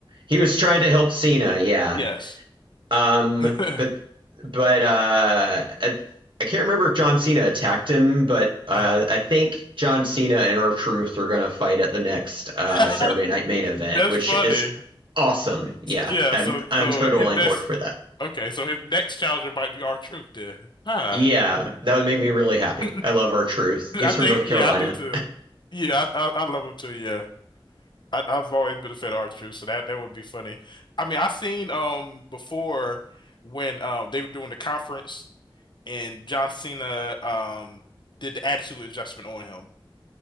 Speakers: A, on the right; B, on the left.
A: he was trying to help Cena, yeah.
B: Yes.
A: Um
B: <laughs>
A: but but uh at, I can't remember if John Cena attacked him, but uh,
B: Mm.
A: I think John Cena and R Truth are going to fight at the next uh,
B: <laughs>
A: Saturday Night Main Event,
B: That's
A: which
B: funny.
A: is awesome. Yeah,
B: Yeah.
A: I'm
B: So
A: I'm
B: so
A: totally
B: his next
A: on board for that.
B: okay. So his next challenger might be our truth then. Huh.
A: Yeah, that would make me really happy.
B: <laughs>
A: I love R Truth.
B: I
A: He's from
B: think,
A: North
B: yeah,
A: Carolina.
B: I do too. Yeah, I, I, I love him too. Yeah, I, I've always been a fan of R-Truth, so that that would be funny. I mean, I seen um before when um they were doing the conference and John Cena um did the attitude adjustment on him.